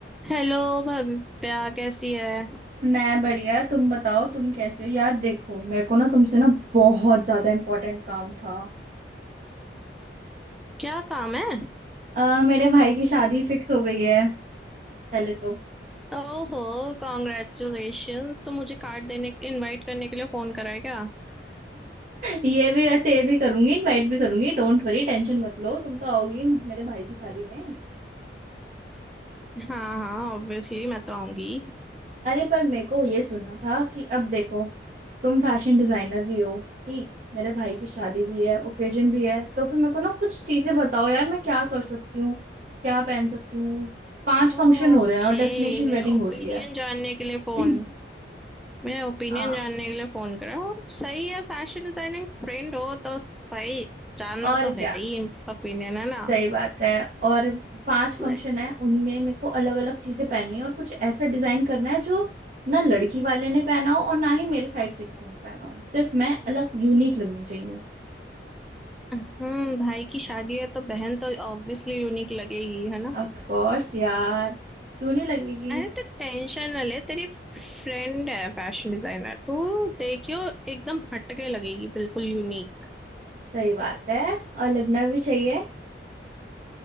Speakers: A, in the centre; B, on the right.
A: Hello Bhavya कैसी है
B: मैं बढ़िया तुम बताओ तुम कैसे हो यार देखो मेरे को ना तुमसे ना बहुत ज्यादा इम्पोर्टेंट काम था
A: क्या काम है
B: अ, मेरे भाई की शादी फिक्स हो गई है पहले तो <laughs>
A: ओहो कॉन्ग्रेचुलेशंस तो मुझे कार्ड देने इनवाइट करने के लिए फोन करा है क्या
B: ये भी वैसे ये भी करूंगी इनवाइट भी करूंगी डोंट वरी टेंशन मत लो तुम तो आओगी मेरे भाई की शादी में
A: हाँ हाँ ऑब्वियसली मैं तो आऊंगी
B: अरे पर मेरे को ये सुनना था कि अब देखो तुम फैशन डिजाइनर भी हो ठीक मेरे भाई की शादी भी है ओकेजन भी है तो फिर मेरे को ना कुछ चीजें बताओ यार मैं क्या कर सकती हूँ क्या पहन सकती हूँ पांच फंक्शन
A: ओके
B: हो रहे हैं और डेस्टिनेशन
A: मेरा
B: वेडिंग
A: ओपिनियन
B: हो रही है
A: जानने के लिए फोन
B: <clears throat>
A: मेरा ओपिनियन
B: हाँ
A: जानने के लिए फोन करा सही है फैशन डिजाइनिंग फ्रेंड हो तो सही जानना
B: और
A: तो
B: क्या
A: है ही ओपिनियन है ना
B: सही बात है और पांच
A: सही।
B: फंक्शन है उनमें मेरे को अलग अलग चीजें पहननी है और कुछ ऐसा डिजाइन करना है जो ना लड़की वाले ने पहना हो और ना ही मेरे साइड से किसी ने पहना हो सिर्फ मैं अलग यूनिक लगनी चाहिए
A: हम्म भाई की शादी है तो बहन तो ऑब्वियसली यूनिक लगेगी है ना
B: ऑफ कोर्स यार क्यों नहीं लगेगी
A: अरे तो टेंशन ना ले तेरी फ्रेंड है फैशन डिजाइनर तो देखियो एकदम हटके लगेगी बिल्कुल यूनिक
B: सही बात है और लगना भी चाहिए